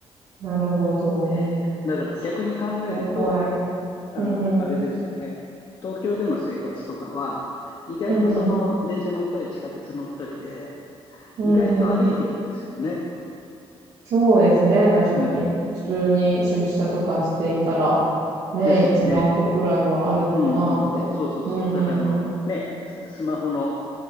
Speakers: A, on the right; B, on the left.
A: なるほど。
B: ええだから逆に考えると、
A: 確かに。いや、怖い。
B: あの、
A: うんうん。
B: あれですよね。東京での生活とかは、意外とその電車乗ったり地下鉄乗ったりで、
A: うんうん。うんうん。
B: 意外と歩いてるんですよね。
A: そうですね、確かに。
B: うん。
A: 普通に出社とかしていたら、ね、
B: ですよね。
A: 1万歩くらいは歩くかなって。
B: うんうん。そうそうそう。
A: うん、
B: だからあの、
A: うん、うん。
B: ね、ススマホの